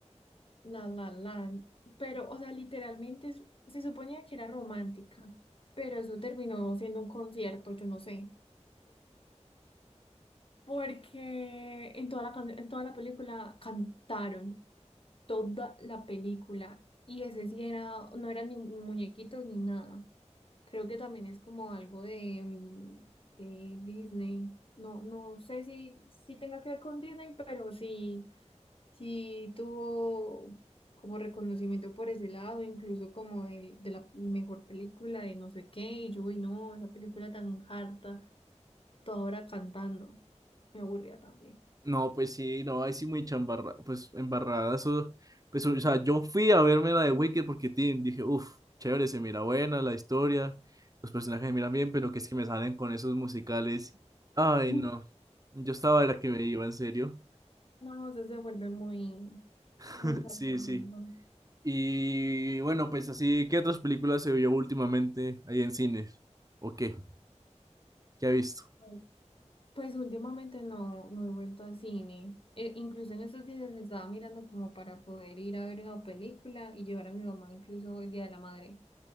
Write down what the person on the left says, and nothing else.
La La Land, pero, o sea, literalmente es- se suponía que era romántica, pero eso terminó siendo un concierto, yo no sé, porque en toda la, can- en toda la película cantaron, toda la película, y ese sí era, no eran ni muñequitos ni nada, creo que también es como algo de, mm, de Disney, no, no sé si, si tenga que ver con Disney, pero sí. sí tuvo como reconocimiento por ese lado, incluso como el, de la mejor película de no sé qué, y yo, uy, no, esa película tan harta, toda hora cantando, me aburría también.
<laughs>
No, eso se vuelve muy,
muy harto,
no,
no.
no. Pues últimamente no, no he vuelto al cine. E- incluso en estos días estaba mirando como para poder ir a ver una película y llevar a mi mamá incluso el Día de la Madre.